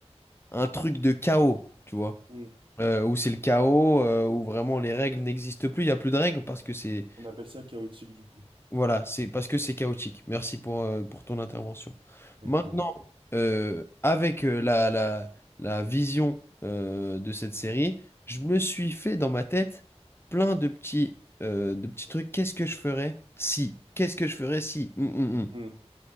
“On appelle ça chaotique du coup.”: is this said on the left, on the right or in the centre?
Right